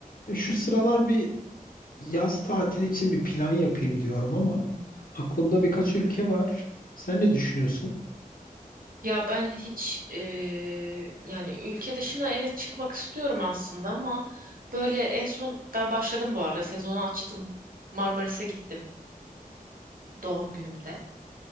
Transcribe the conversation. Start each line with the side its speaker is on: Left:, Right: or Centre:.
Left: Ya Şu sıralar bir yaz tatili için bir plan yapayım diyorum ama aklımda birkaç ülke var. Sen ne düşünüyorsun?
Right: Ya ben hiç eee, yani ülke dışına evet çıkmak istiyorum aslında ama böyle en son ben başladım bu arada sezonu açtım Marmaris'e gittim doğum günümde.